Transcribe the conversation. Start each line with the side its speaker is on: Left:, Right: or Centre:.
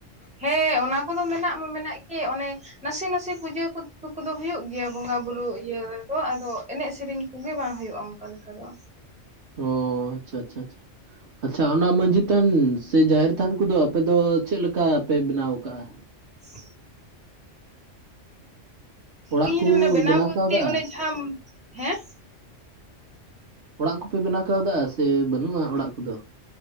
Centre: ᱦᱮᱸ ᱚᱱᱟ ᱠᱚᱫᱚ ᱢᱮᱱᱟᱜ ᱢᱟ ᱢᱮᱱᱟᱜ ᱜᱮ ᱚᱱᱮ ᱱᱟᱥᱮ ᱱᱟᱥᱮ ᱯᱩᱡᱟᱹ ᱠᱚ <inaudible> ᱠᱚᱫᱚ ᱦᱩᱭᱩᱜ ᱜᱮᱭᱟ ᱵᱚᱸᱜᱟ ᱵᱩᱨᱩ ᱤᱭᱟᱹ ᱨᱮᱫᱚ, ᱟᱫᱚ ᱮᱱᱮᱡ ᱥᱮᱨᱮᱧ ᱠᱩᱜᱮ ᱵᱟᱝ ᱦᱩᱭᱩᱜᱼᱟ ᱚᱝᱠᱟ ᱞᱮᱠᱟ ᱫᱚ᱾
Right: ᱚ ᱟᱪᱪᱷᱟ ᱟᱪᱪᱷᱟ ᱟᱪᱪᱷᱟ, ᱟᱪᱪᱷᱟ ᱚᱱᱟ ᱢᱟᱺᱡᱷᱤ ᱛᱷᱟᱱ ᱥᱮ ᱡᱟᱦᱮᱨ ᱛᱷᱟᱱ ᱠᱚᱫᱚ ᱟᱯᱮ ᱫᱚ ᱪᱮᱫ ᱞᱮᱠᱟ ᱯᱮ ᱵᱮᱱᱟᱣ ᱟᱠᱟᱜᱼᱟ?
Centre: <inaudible>
Right: ᱚᱲᱟᱜ
Centre: ᱤᱧ
Right: ᱠᱚ
Centre: ᱨᱮ ᱢᱟᱱᱮ ᱵᱮᱱᱟᱣ ᱵᱚᱞᱛᱮ
Right: ᱠᱟᱣᱫᱟ
Centre: ᱚᱱᱮ ᱡᱟᱦᱟᱸᱢ, ᱦᱮᱸ?
Right: ᱚᱲᱟᱜ ᱠᱚᱯᱮ ᱵᱮᱱᱟᱣ ᱠᱟᱣᱫᱟ ᱥᱮ ᱵᱟᱹᱱᱩᱜᱼᱟ ᱚᱲᱟᱜ ᱠᱚᱫᱚ?